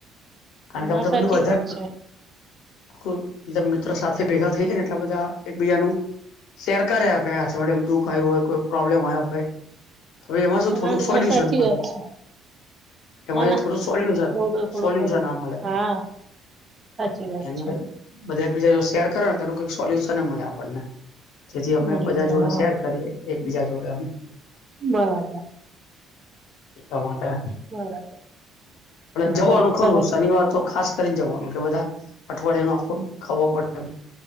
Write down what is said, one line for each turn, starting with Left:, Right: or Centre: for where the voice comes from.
Right: બરાબર
Left: કારણ કે
Right: હા
Left: <unintelligible> પહેલું
Right: સાચી
Left: <unintelligible>
Right: વાત છે
Left: <unintelligible> મતલબ મિત્રો સાથે ભેગા થઈએ ને એટલા બધા એકબીજા નું શેર કર્યા કરે. અઠવાડિયામ દુઃખ આયું હોય, કોઈ પ્રોબ્લેમ આયો હોય. તો હવે એમાં શું થોડુંક
Right: હા ના
Left: સોલ્યુશન
Right: સાચી
Left: મલે.
Right: વાત છે
Left: એમાંથી
Right: ના ના
Left: થોડું સોલ્યુશન-સોલ્યુશન
Right: એવું તો થોડું કહું
Left: આ મલે.
Right: હા સાચી વાત
Left: <unintelligible>
Right: છે
Left: બધા એકબીજા જોડે શેર કરે ને તો એનું કંઈક સોલ્યુશન એઈ મલે આપણને. જેથી અમે
Right: મળી
Left: બધા
Right: જાય
Left: જોડે
Right: હા
Left: શેર કરીએ, એકબીજા જોડે આમ.
Right: બરાબર
Left: એટલા માટે.
Right: બરાબર.
Left: આપણે જવાનું
Right: બરાબર
Left: ખરું.
Right: તમે
Left: શનિવાર તો ખાસ કરીને જવાનું. એટલે બધા અઠવાડિયા નું આખું ખબર પડે એમ.